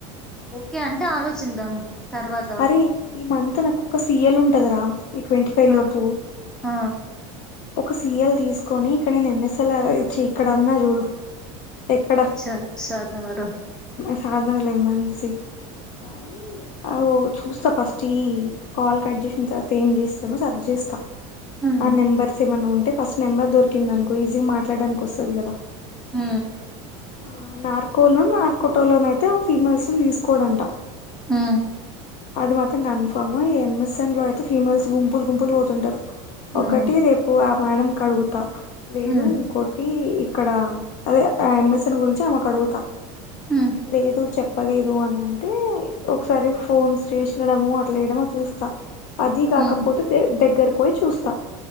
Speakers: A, in the centre; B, on the left.
A: ఓకే అంటే ఆలోచ చూద్దాం తర్వాత
B: అరే ఈ మంతా నాకోక సిఎల్ ఉంటదీర ఈ ట్వంటీ ఫైవ్ లోపు
A: ఆ! ఆ!
B: ఒక సీయల్ తీసుకొని ఇక్కడ నేను ఎన్ ఎస్ ఎ ఇక్కడ అన్నా చూడు ఎక్కడ
A: స సాధనగార
B: సద్నగర్ ల ఏం ఎన్ సి ఒకసారి చూస్తా ఫస్ట్ ఈ కాల్ కట్ చేసిన తర్వాత ఏం చేస్తాను సర్చ్ చేస్తాం
A: హ్మ్.
B: ఆ నెంబర్ మన్నా ఉంటే ఫస్ట్ నెంబర్ దొరికింద అనుకో ఈజీగా మాట్లాడడానికి వస్తుంది కదా
A: హ
B: ఆ నార్కో నో నార్కోటో లోన అయితే ఆ ఫీమెల్స్ నీ తీసుకోడాటా
A: ఆ
B: అది మాత్రం కన్ఫామ్ ఈ ఎంఎస్ఎన్ లో అయితే ఫీమెల్స్ గుంపులు గుంపులు పోతుంటారు
A: హ్మ్.
B: ఒకటి రేపు ఆ మేడం కి అడుగుతా లేదు
A: హ్మ్.
B: ఇంకోట్టి ఇక్కడ అదే ఎమ్ఎస్న్ గురించి ఆమెకు అడుగుతా
A: హ్మ్.
B: లేదు చెప్ప తప్పలేదు అని అంటే ఒకసారి ఫోన్స్ చేసినడము అట్లా వేయడమ చూస్తా అది కాకపోతే
A: హ్మ్.
B: దగ్గర పోయి చూస్తాం